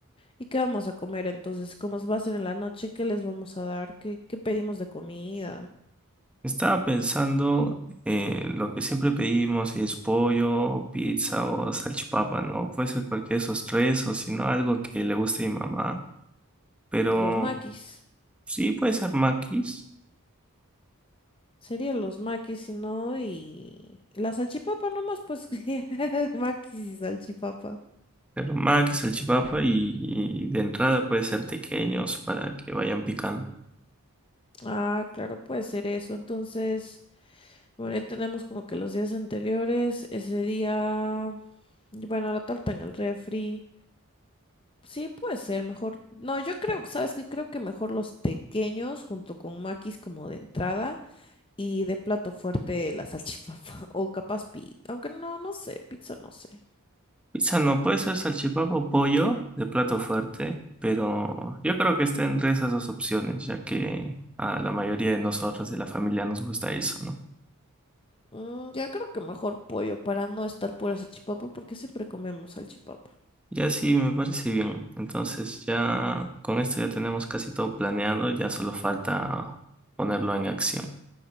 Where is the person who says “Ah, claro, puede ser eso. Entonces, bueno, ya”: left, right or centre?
Left